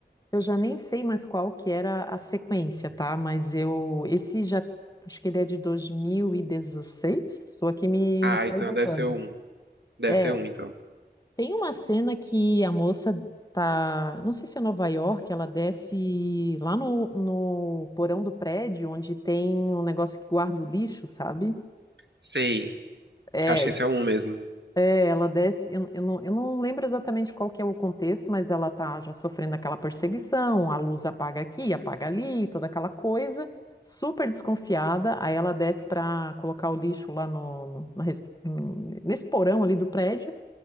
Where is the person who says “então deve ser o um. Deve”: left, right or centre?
Right